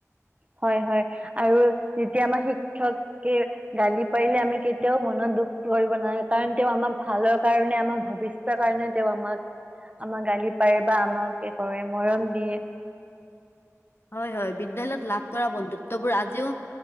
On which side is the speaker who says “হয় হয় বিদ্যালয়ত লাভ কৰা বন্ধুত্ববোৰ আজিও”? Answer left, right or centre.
Left